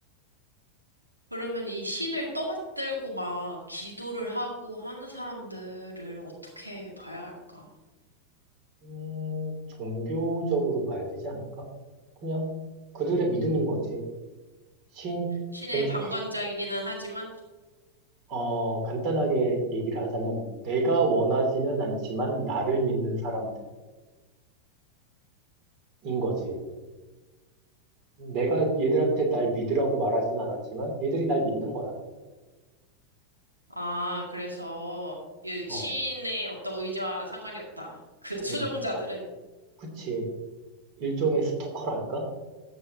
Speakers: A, on the right; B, on the right.
A: 그러면 이 신을 떠받들고 막 기도를 하고 하는 사람들을 어떻게 봐야 할까?
B: 음, 종교적으로 봐야 되지 않을까? 그냥 그들의 믿음인 거지. 신,
A: 신의
B: 그러니까
A: 방관자이기는 하지만
B: 어, 간단하게 얘기를 하자면 내가 원하지는 않지만 나를 믿는 사람들인 거지. 내가 얘들한테 날 믿으라고 말하진 않았지만 얘들이 날 믿는 거야.
A: 아, 그래서 이
B: 어,
A: 시인의 어떤 의지와 상관이 없다. 그 추종자들은.
B: 응, 그치. 일종의 스토커랄까?